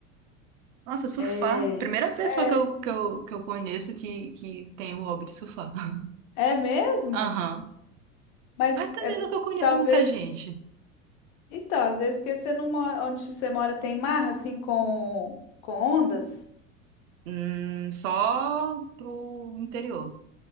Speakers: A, on the right (about 65°); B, on the left (about 50°).
A: Nossa, surfar.
B: É,
A: Primeira pessoa
B: é,
A: que eu, que eu, que eu conheço que, que tem o hobby de surfar. <laughs>
B: é mesmo?
A: Aham.
B: Mas
A: Mas também
B: é,
A: nunca conheço
B: talvez.
A: muita gente.
B: Então, às vezes, porque você não mora, onde você mora tem mar, assim, com, com ondas?
A: Hum, só pro interior.